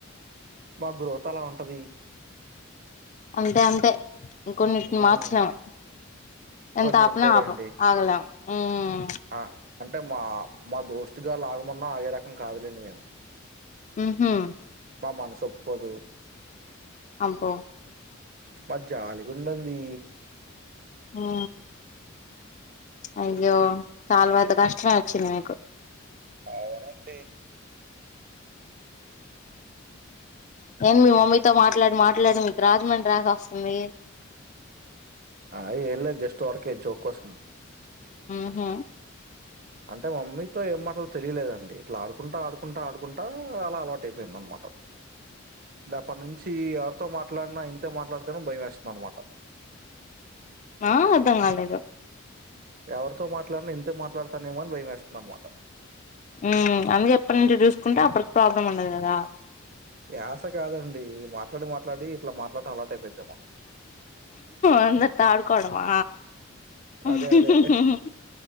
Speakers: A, on the right; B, on the left.
A: మా గ్రోత్ అలా ఉంటది
B: అంతే అంతే ఇంకొన్నిటిని
A: మ్మ్
B: మార్చలేమ్ ఎంత
A: కొన్ని
B: ఆపినా
A: అంతేలేండి
B: ఆపమ్ ఆగలే హుమ్
A: ఆ అంటే మా మా దోస్టుగాళ్ళు ఆగమన్నా ఆగే రకం కాదులేండి మేము
B: మ్ హూ
A: మా మనసొప్పుకోదు
B: అబ్బో
A: మది జాలిగుండంది
B: ఆ అయ్యో చాల పెద్ద కష్ ష్టమే వచ్చింది మీకు
A: అవునను
B: ఏం మీ మమ్మీతో మాట్లాడి మాట్లాడి మీకు రాజమండ్రి యాస వస్తుంది.
A: అ ఏంలేదు జస్ట్ ఊరికే జోక్ కోసం
B: మ్ హు
A: అంటే మమ్మీతో ఏం మాటలు తెలియలేదండి. ఇట్లా ఆడుకుంటా ఆడుకుంటా ఆడుకుంటా అలా అలవాటు అయిపోయింది మామ్మ
B: బ్లాంక్
A: ద అప్పటి నుంచి ఎవరితో మాట్లాడినా ఇంతే మాట్లాడతన భయం వేస్త మన మాట
B: మా అర్ధం కాలేదు.
A: ఎవరితో మాట్లాడిన ఇంతే మాట్లాడతానేమోని భయమేస్తుంది అనమాట.
B: ఉమ్ అందుకే ఎప్పటి నుంచి చూసుకుంటే అప్పటికి ప్రాబ్లం ఉండదు కదా.
A: యాశ కాదండి మాట్లాడి మాట్లాడి ఇట్లా మాట్లాడటం అలవాటు అయిపోయిందేమొ
B: అందరితో ఆడుకోడమా
A: అదే
B: మ్
A: అదే.